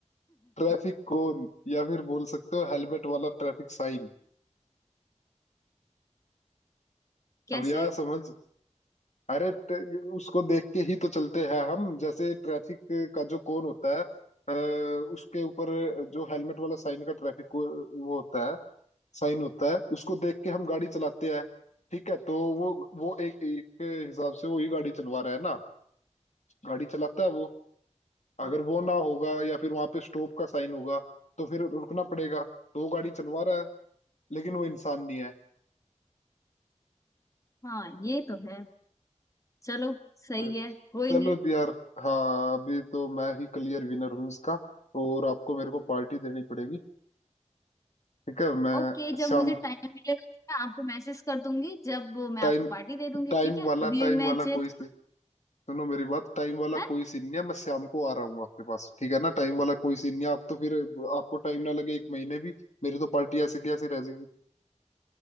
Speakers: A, on the left (about 65°); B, on the left (about 25°).
A: ट्रैफिक
B: <laughs>
A: कोन या फिर बोल सकते हो हेलमेट वाला ट्रैफिक साइन
B: कैसे
A: अब यह समझ अरे ट- उसको देख के ही तो चलते हैं हम जैसे ट्रैफिक का जो कोन होता है अ, उसके ऊपर जो हेलमेट वाला साइन का ट्रैफिक को- वो होता है साइन होता है उसको देख के हम गाड़ी चलाते हैं ठीक है तो वो वो एक एक हिसाब से वो ही गाड़ी चलवा रहा है ना गाड़ी चलाता है वो अगर
B: हाँ
A: वो ना होगा या फिर वहां पे स्टॉप का साइन होगा तो फिर रुकना पड़ेगा तो वो गाड़ी चलवा रहा है लेकिन वो इंसान नहीं
B: हाँ, ये तो है चलो सही
A: है
B: है कोई
A: चलो
B: नहीं
A: भी यार हाँ अभी तो मैं ही क्लियर विनर हूँ इसका और आपको मेरे को पार्टी देनी पड़ेगी ठीक है मैं
B: ओके जब
A: शाम
B: मुझे टाइम मिलेगा तो मैं आपको मैसेज कर दूंगी जब मैं
A: टाइम
B: आपको पार्टी दे दूंगी
A: टाइम
B: ठीक है
A: वाला
B: अभी
A: टाइम
B: मैं
A: वाला
B: चेक
A: कोई सी- सुनो मेरी बात टाइम वाला
B: है
A: कोई सीन नहीं है मैं शाम को आ रहा हूँ आपके पास ठीक है ना टाइम वाला कोई सीन नहीं है आप तो फिर आपको टाइम ना लगे एक महीने भी मेरी तो पार्टी ऐसे की ऐसी रह जाएगी